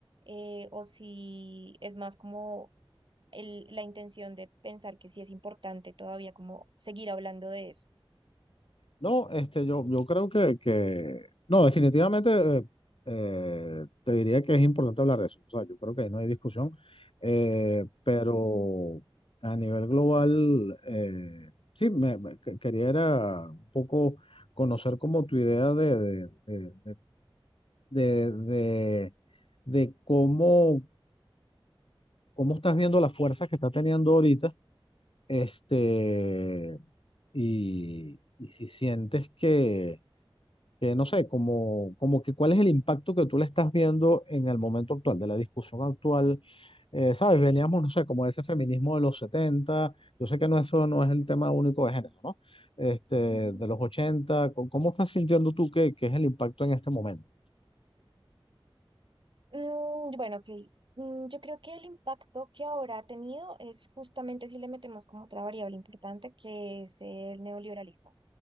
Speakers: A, on the right (about 60°); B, on the left (about 70°).
A: eh, o si es más como el- la intención de pensar que sí es importante todavía como seguir hablando de eso.
B: No, este, yo, yo creo que, que- no, definitivamente eh, eh, te diría que es importante hablar de eso. O sea, yo creo que ahí no hay discusión, eh, pero a nivel global, eh, sí, me, me- que- quería era un poco conocer como tu idea de, de, de, de, de- de cómo, cómo estás viendo las fuerzas que está teniendo ahorita, este, y, y si sientes que que no sé, como, como que cuál es el impacto que tú le estás viendo en el momento actual, de la discusión actual. Eh, ¿sabes? Veníamos, no sé, como de ese feminismo de los setenta yo sé que no, eso no es el tema único de género, ¿no? Este,
A: Ok.
B: de los 80 co- ¿cómo estás sintiendo tú que, que es el impacto en este momento?
A: Mm, bueno, ok. Mm, yo creo que el impacto que ahora ha tenido es justamente si le metemos como otra variable importante, que es el neoliberalismo